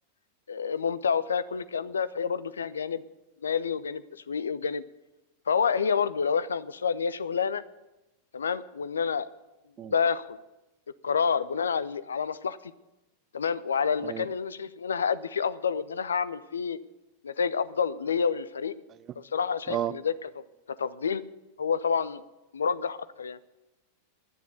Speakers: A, on the left; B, on the right.
A: آه، ممتع وفيها كل الكلام ده فهي برضو فيها جانب مالي وجانب تسويقي وجانب فهو هي برضو لو احنا بنبص لها ان هي شغلانه تمام وان انا باخد
B: م.
A: القرار بناء على على مصلحتي تمام وعلى المكان
B: ايوه
A: اللي انا شايف ان انا هأدي فيه افضل وان انا هعمل فيه نتائج افضل ليا وللفريق
B: ايوه
A: فبصراحه انا شايف
B: اه
A: ان ده كتف- كتفضيل هو طبعا مرجح اكتر يعني